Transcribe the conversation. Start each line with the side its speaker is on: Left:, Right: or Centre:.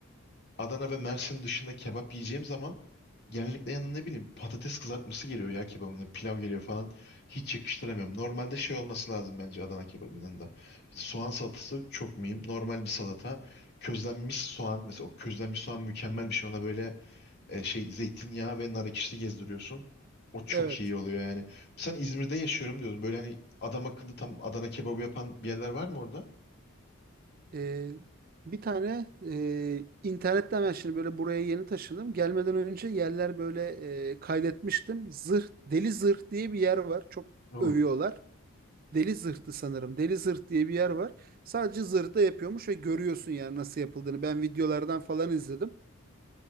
Left: Adana ve Mersin dışında kebap yiyeceğim zaman genellikle yanına ne bileyim patates kızartması geliyor ya kebabına pilav geliyor falan. Hiç yakıştıramıyorum. Normalde şey olması lazım bence Adana kebabının yanında. İşte Soğan salatası çok mühim. Normal bir salata. Közlenmiş soğan mesela o közlenmiş soğan mükemmel bir şey. Ona böyle e, şey zeytinyağı ve nar ekşisi gezdiriyorsun. O çok
Right: Evet.
Left: iyi oluyor yani. Sen İzmir'de yaşıyorum diyordun. Böyle hani adam akıllı tam Adana kebabı yapan bir yerler var mı orada?
Right: Ee, bir tane e, internetten ben şimdi böyle buraya yeni taşındım. Gelmeden önce yerler böyle e, kaydetmiştim. Zırh, Deli Zırh diye bir yer var. Çok
Left: Oo.
Right: övüyorlar. Deli Zırh'tı sanırım. Deli Zırh diye bir yer var. Sadece zırhta yapıyormuş ve görüyorsun yani nasıl yapıldığını. Ben videolardan falan izledim.